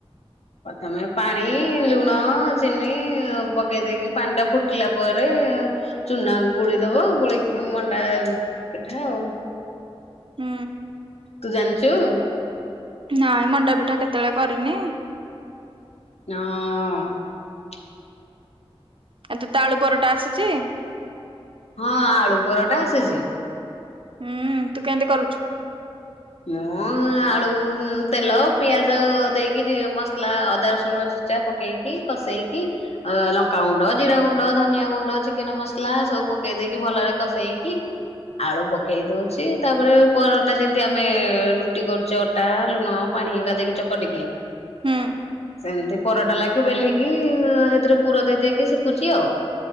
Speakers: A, on the left (about 85°); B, on the right (about 55°).
A: ପ୍ରଥମେ ପାଣି ଲୁଣ ଚିନି ପକେଇ ଦେଇକି ପାଣି ଟା ଫୁଟିଲା ପରେ ଚୁନା ଗୋଳିଦୋବ ଗୋଳେଇକି ମଣ୍ଡା ପିଠା ଆଉ।
B: ହୁଁ।
A: ତୁ ଜାଣିଚୁ?
B: ନାଇ ମଣ୍ଡପିଠା କେତେବେଳେ କରିନି।
A: ନାଉଁ। <unintelligible>
B: ତତେ ତାଳୁ ପରଟା ଆସିଚି?
A: ହଁ ଆଳୁ ପରଟା ଆସିଚି।
B: ହୁଁ ତୁ କେମିତି କରୁଚୁ?
A: ମୁଁ ଆଳୁ ତେଲ ପିଆଜ ଦେଇକି ମସଲା ଅଦା ରସୁଣ ଛେଚା ପକେଇକି କସେଇକି ଲଙ୍କା ଗୁଣ୍ଡ ଜିରା ଗୁଣ୍ଡ ଧନିଆଁ ଗୁଣ୍ଡ ଚିକେନ ମସଲା ସବୁ ପକେଇ ଦେଇକି ଭଲରେ କସେଇକି ଆଳୁ ପକେଇ ଦୋଉଚି ତାପରେ ପରଟା ଯେମି ଆମେ ରୁଟି କରୁଚେ ଅଟା ଲୁଣ ପାଣି ଏଗୁଡା ଦେଇକି ଚକଟିକି।
B: ହୁଁ
A: ସେମିତି ପରଟା ଲାଗି ବେଲିକି ହେଥିରେ ପୁର ଦେଇ ଦେଇକି ଶେକୁଚି ଆଉ।